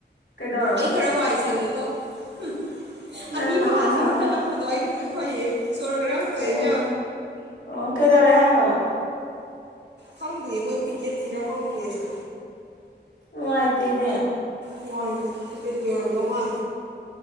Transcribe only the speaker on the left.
ꯀꯩꯗꯧꯔꯕ
ꯅꯪ
ꯃꯊꯥ
ꯁꯥꯕꯅ
ꯑꯣ ꯑꯣ ꯀꯩꯗꯧꯔꯦ <unintelligible>
ꯎ ꯍꯥꯏꯥꯏꯗꯦꯅꯦ